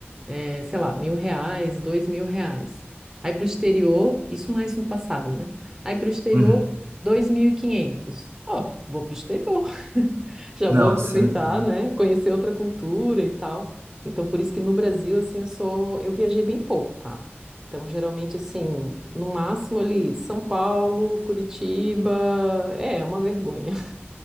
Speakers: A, on the right; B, on the right.
A: é, sei lá, mil reais, dois mil reais. Aí para o exterior, isso mais no passado, né? Aí para o exterior,
B: Uhum.
A: dois mil e quinhentos. Ó, vou para o exterior. <laughs> Já
B: Não,
A: vou aproveitar,
B: sim, sim.
A: né? Conhecer outra cultura e tal. Então, por isso que no Brasil, assim, eu sou, eu viajei bem pouco, tá? Então, geralmente, assim, no máximo ali, São Paulo, Curitiba, é, é uma vergonha.